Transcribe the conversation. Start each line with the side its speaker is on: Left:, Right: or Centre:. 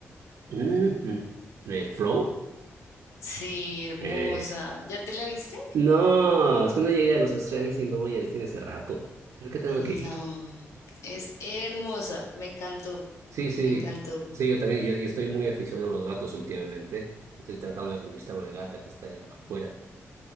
Right: Ujú. de Flow.
Left: Sí, hermosa.
Right: Eh,
Left: ¿Ya te la viste?
Right: no, es que no llegué a los streamings y no voy al cine hace rato. Creo que tengo
Left: No,
Right: que ir.
Left: es hermosa. Me encantó,
Right: Sí, sí.
Left: me encantó.
Right: Sí, yo también, yo, yo estoy muy aficionado a los gatos últimamente. Estoy tratando de conquistar una gata que está afuera.